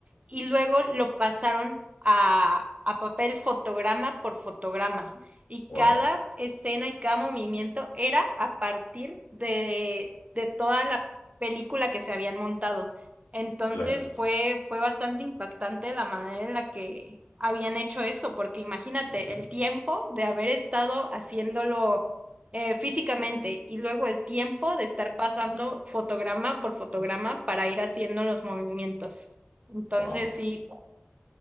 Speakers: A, on the right; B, on the left.
A: y luego lo pasaron a, a papel fotograma por fotograma. Y
B: wow,
A: cada escena y cada movimiento era a partir de, de toda la película que se habían montado. Entonces
B: claro.
A: fue, fue bastante impactante la manera en la que habían hecho eso, porque imagínate
B: ujú.
A: el tiempo de haber estado haciéndolo eh, físicamente y luego el tiempo de estar pasando fotograma por fotograma para ir haciendo los movimientos. Entonces,
B: Wow.
A: sí.